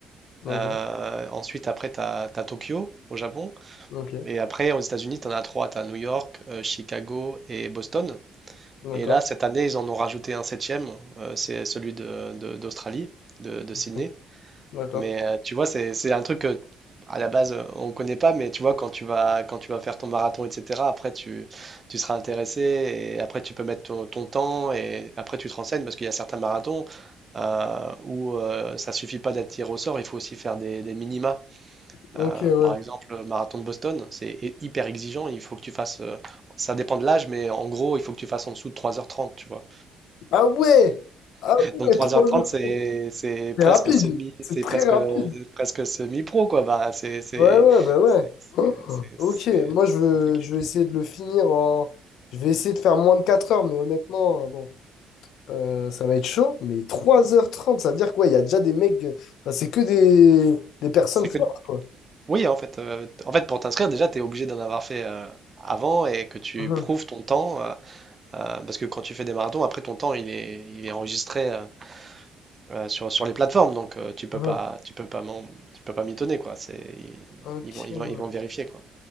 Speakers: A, on the left; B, on the right.
A: D'accord.
B: euh, ensuite, après, tu as, Tokyo au Japon.
A: Ok.
B: Et après, aux États-Unis, tu en as trois. Tu as New York, euh, Chicago et Boston.
A: D'accord.
B: Et là, cette année, ils en ont rajouté un septième, euh, c'est celui de, de- d'Australie, de, de Sydney.
A: Ok. D'accord.
B: Mais euh, tu vois, c'est, c'est un truc que, à la base, euh, on ne connaît pas, mais tu vois, quand tu vas, quand tu vas faire ton marathon, etc., après, tu, tu seras intéressé, et après, tu peux mettre ton, ton temps, et après, tu te renseignes, parce qu'il y a certains marathons euh, où euh, ça suffit pas d'être tiré au sort, il faut aussi faire des, des minima.
A: Ok,
B: Euh,
A: ouais.
B: par exemple, le marathon de Boston, c'est hy- hyper exigeant, il faut que tu fasses, euh, ça dépend de l'âge, mais en gros, il faut que tu fasses en dessous de trois heures trente, tu vois.
A: Ah ouais! Ah
B: Donc
A: ouais,
B: 3h30,
A: Trois heures.
B: c'est c'est
A: C'est
B: presque
A: rapide.
B: semi,
A: C'est
B: c'est
A: très
B: presque
A: rapide.
B: presque semi-pro quoi. Bah c'est c'est
A: Ouais, ouais, bah ouais.
B: c'est
A: Oh.
B: c'est-
A: Ok,
B: c'est-
A: moi
B: c'est
A: je veux,
B: compliqué.
A: je vais essayer de le finir en. Je vais essayer de faire moins de 4 heures, mais honnêtement, euh, bon, euh, ça va être chaud. Mais trois heures trente ça veut dire quoi? Il y a déjà des mecs. euh, Enfin, c'est que des, des personnes
B: C'est
A: fortes,
B: que
A: quoi.
B: oui en fait euh, en fait pour t'inscrire déjà tu es obligé d'en avoir fait euh, avant et que tu
A: Mhm,
B: prouves ton temps euh, euh, parce que quand tu fais des marathons après ton temps il est il est enregistré euh, euh, sur sur les plateformes donc euh, tu peux
A: mhm.
B: pas tu peux pas m'en- tu peux pas mitonner quoi. C'est ils,
A: Ok,
B: ils vont ils vont ils vont vérifier quoi.